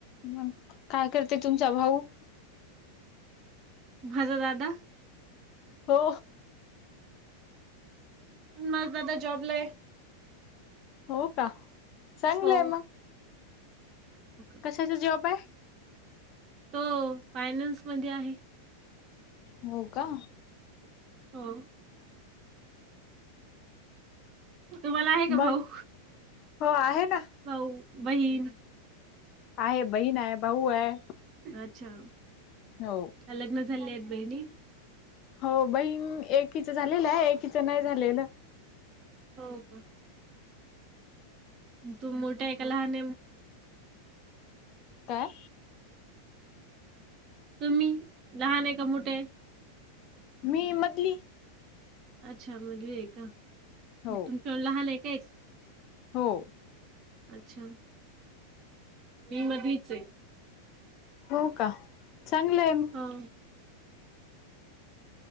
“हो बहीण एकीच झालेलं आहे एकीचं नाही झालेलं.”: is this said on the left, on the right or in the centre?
Left